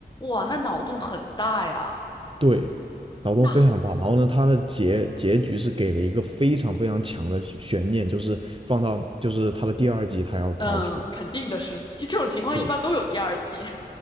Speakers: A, on the left; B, on the right.
A: 哇，那脑洞很大呀，
B: 对，脑洞非常大。
A: 那，
B: 然后呢，它的结结局是给了一个非常非常强的悬念，就是放到就是它的第二季，它要它要出。
A: 嗯，肯定的是，就这种情况一般都有第二季。
B: 对